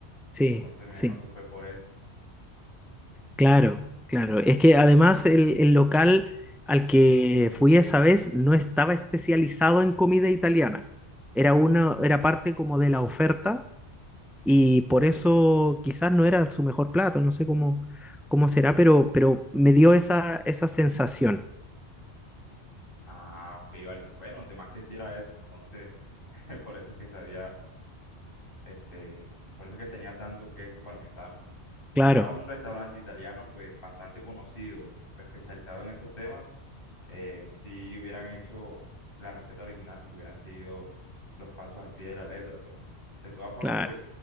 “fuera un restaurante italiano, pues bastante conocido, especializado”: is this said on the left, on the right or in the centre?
Left